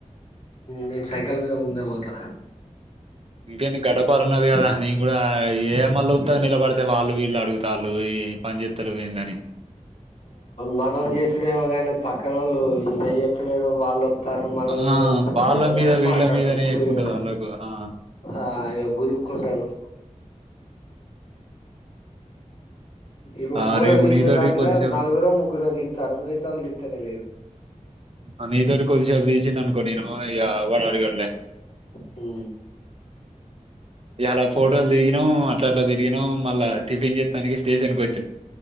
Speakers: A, on the left; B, on the right.
A: నేను సైకల్ మీద ముందే పోత త
B: ఏందీ గడ్డ పరున్నది కదా నిను కూడా ఏ మళ్ల ఉత్తగా నిలబడుతే అయితే వాళ్ళు వీళ్ళు అడుగుతాళ్ళు ఈ పనిచత్తలేవు ఏందీ అని
A: మనం చేసడేమోగాని పక్క క్కనోళ్లు ఈయన చేత్తలేడు వాళ్ళుొస్తారు మనల్ని
B: ఆ
A: ఎంత
B: వాళ్ళ
A: అది ఇది
B: మీద
A: అని
B: వీళ్ళ
A: మాట్లాడుతారు
B: మీదనే ఎక్కువుంటది
A: ఇగా
B: వాళ్ళకు ఆ
A: ఆ ఇగ గులుకుంటారు ఇగో
B: ఆ
A: ఫోటోలు
B: రేపు
A: తీసే
B: నీతోటి
A: దండ్ల
B: కొద్దిసేపు
A: నలుగురు ముగ్గురో తిత్తర్రు మిగతాళ్ళు తీత్తనే లేరు
B: ఆ నీతోటి కొద్దిసేపు తీసిననుకో నిను ఇగా ఇవ్వడడుగడులే
A: హు
B: ఇయ్యాలా ఫోటోలు దిగినం అట్ల అట్లా తిరిగినం మళ్ళా టిఫిన్ చేస్తానికి స్టేషన్ కు వచ్చా